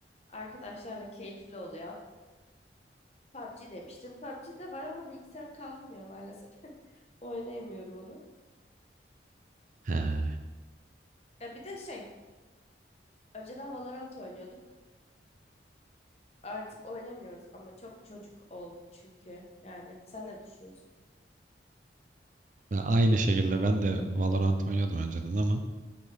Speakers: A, on the left (about 35°); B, on the right (about 45°).
A: Arkadaşlarla keyifli oluyor. PUBG demiştin. PUBG de var ama bilgisayarım kaldırmıyor maalesef. <laughs> Oynayamıyorum onu.
B: He.
A: Ya bir de şey, önceden Valorant oynuyorduk. Artık oynamıyoruz ama çok çocuk oldu çünkü. Yani sen ne düşünüyorsun?
B: Ve Aynı şekilde ben de Valorant oynuyordum önceden ama